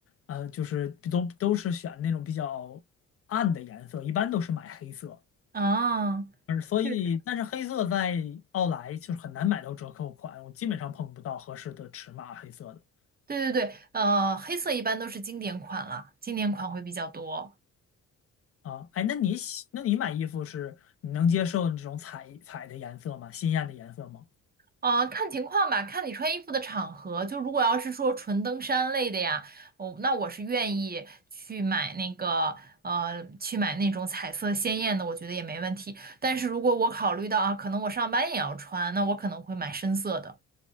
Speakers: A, on the left; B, on the right.
A: 呃，就是都都是选那种比较暗的颜色，一般都是买黑色，
B: 啊。
A: 而所以，
B: 确实。
A: 但是黑色在奥莱就是很难买到折扣款，我基本上碰不到合适的尺码黑色的
B: 对对对，呃，黑色一般都是经典款了，经典款会比较多。
A: 啊。哎，那你喜那你买衣服是你能接受这种彩彩的颜色吗？鲜艳的颜色吗？
B: 啊，看情况吧，看你穿衣服的场合。就如果要是说纯登山类的呀，哦，那我是愿意去买那个，呃，去买那种彩色鲜艳的，我觉得也没问题。但是如果我考虑到啊，可能我上班也要穿，那我可能会买深色的。